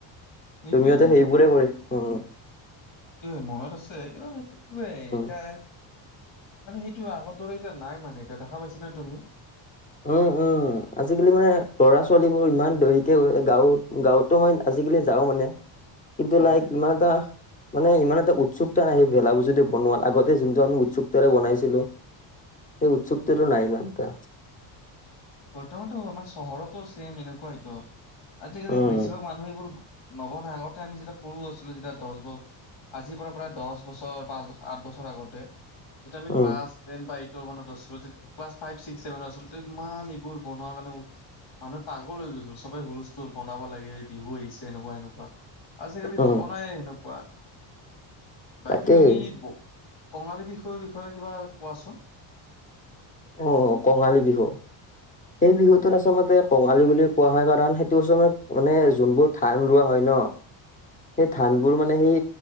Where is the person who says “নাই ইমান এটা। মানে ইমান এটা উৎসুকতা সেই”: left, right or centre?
Left